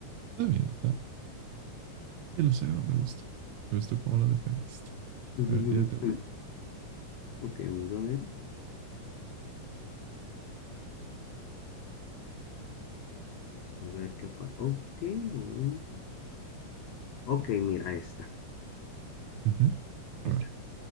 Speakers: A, on the right (about 75°); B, on the left (about 65°).
A: Está bien, está. Te lo cedo, me gusta. Me gustó cómo lo defendiste.
B: <laughs>
A: A ver, tírate una.
B: Ok, vamos a ver. A ver qué pa- Ok. mm, Ok, mira, esta.
A: Ujú. A
B: Esta.
A: ver,